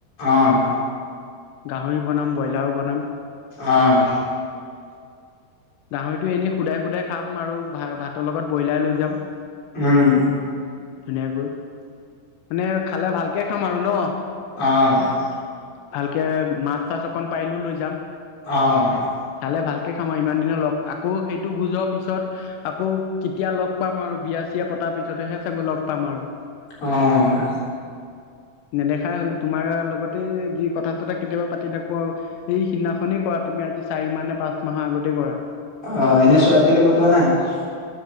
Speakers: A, on the left (about 35°); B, on the left (about 80°).
A: অ'
B: গাহৰি বনাম ব্ৰইলাৰো বনাম।
A: অ'
B: <inaudible> গাহৰিটো এনেই সোধাই সুধাই খাম আৰু ভ ভাতৰ লগত ব্ৰইলাৰ লৈ যাম।
A: উম
B: ধুনীয়াকৈ মানে খালে ভালকে খাম আৰু ন।
A: অ'
B: ভালকৈ মাছ তাছ অকণ পাৰিলেও লৈ যাম।
A: অ'
B: খালে ভালকে খাম আৰু ইমান দিনৰ লগ আকৌ সেইটো বুজৰ পিছত আকৌ কেতিয়া লগ পাম আৰু বিয়া চয়া পতাৰ পিছতেহে চাগ লগ পাম আৰু।
A: অ'
B: নেদেখাই হলো তোমাৰ লগতে যি কথা চথা কেতিয়াবা পাতি থাকো আৰু এই সিদিনাখনেই কৰা তুমি আজি চাৰি মাহ নে পাঁচ মাহৰ আগতেই কৰা।
A: অ' এনে ছোৱালী-তোৱালী পৰুৱা নাই।